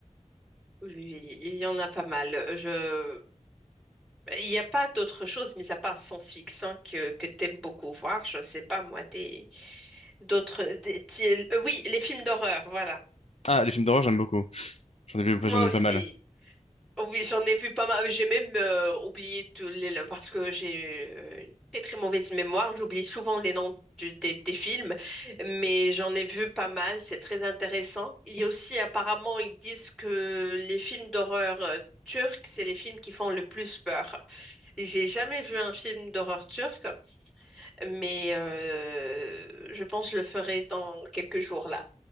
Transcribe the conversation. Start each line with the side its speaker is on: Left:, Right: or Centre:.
Centre: Oui, oui, il y en a pas mal. Je... Il n'y a pas d'autre chose, mis à part science-fiction, que, que t'aimes beaucoup voir. Je ne sais pas, moi, des... d'autres... des- ti- euh, Oui, les films d'horreur, voilà.
Left: Ah, les films d'horreur j'aime beaucoup. J'en ai vu, bah,
Centre: Moi
Left: j'en ai
Centre: aussi.
Left: vu pas mal.
Centre: Oui, j'en ai vu pas mal. J'ai même euh, oublié tous les noms parce que j'ai euh, une très très mauvaise mémoire. J'oublie souvent les noms du- des, des films, mais j'en ai vu pas mal. C'est très intéressant. Il y a aussi apparemment, ils disent que les films d'horreur euh, turcs, c'est les films qui font le plus peur. J'ai jamais vu un film d'horreur turc, mais euh, je pense que je le ferai dans quelques jours là.